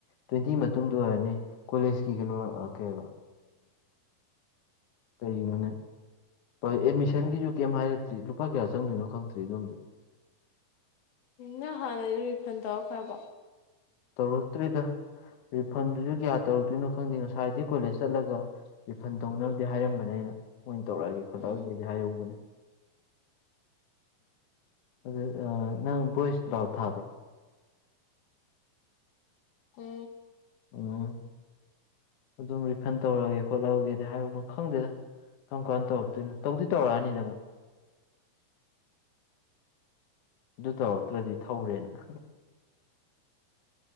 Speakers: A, on the left (about 65°); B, on the left (about 80°).
A: ꯇ꯭ꯋꯦꯟꯇꯤ ꯃꯇꯨꯡꯗ ꯑꯣꯏꯔꯅꯤ ꯀꯣꯂꯦꯖꯀꯤ ꯀꯩꯅꯣ ꯀꯩ ꯎ ꯀꯩꯒꯤꯅꯣꯅꯦ ꯑꯦꯠꯃꯤꯁꯟꯒꯤꯁꯨ ꯀꯩꯝ ꯍꯥꯏꯔꯛꯇ꯭ꯔꯤ ꯂꯨꯄꯥ ꯀꯌꯥ ꯆꯪꯗꯣꯏꯅꯣ ꯈꯪꯗ꯭ꯔꯤ ꯑꯗꯣꯝꯁꯨ
B: ꯅꯪ ꯍꯥꯟꯅꯗꯨ ꯔꯤꯐꯟ ꯇꯧꯔꯛꯈ꯭ꯔꯕ
A: ꯇꯧꯔꯛꯇ꯭ꯔꯤꯗ ꯔꯤꯐꯟꯗꯨꯁꯨ ꯀꯌꯥ ꯇꯧꯔꯛꯇꯣꯏꯅꯣ ꯈꯪꯗꯦ ꯉꯁꯥꯏꯗꯤ ꯀꯣꯂꯦꯖ ꯆꯠꯂꯒ ꯔꯤꯐꯟ ꯇꯧꯅꯕꯗꯤ ꯍꯥꯏꯔꯝꯕꯅꯦꯅ ꯃꯣꯏ ꯇꯧꯔꯛꯑꯒꯦ ꯈꯣꯠꯂꯛꯑꯒꯦꯗꯤ
B: ꯎꯝ
A: ꯍꯥꯏꯍꯧꯕꯅꯦ ꯑꯗꯨ ꯅꯪ ꯕꯣꯏꯁ ꯂꯥꯎ ꯊꯥꯕ꯭ꯔꯣ
B: ꯀ
A: ꯎꯝ ꯑꯗꯨꯝ ꯔꯤꯐꯟ ꯇꯧꯔꯒꯦ ꯈꯣꯠꯂꯒꯦꯗꯤ ꯍꯥꯏꯔ ꯈꯪꯗꯦꯗ ꯀꯔꯝ ꯀꯥꯟꯅ ꯇꯧꯔꯛꯇꯣꯏꯅꯣ ꯇꯧꯗꯤ ꯇꯧꯔꯛꯑꯅꯤꯗ ꯑꯃꯣ ꯑꯗꯨ ꯇꯧꯔꯛꯇ꯭ꯔꯗꯤ ꯊꯧꯔꯦꯅ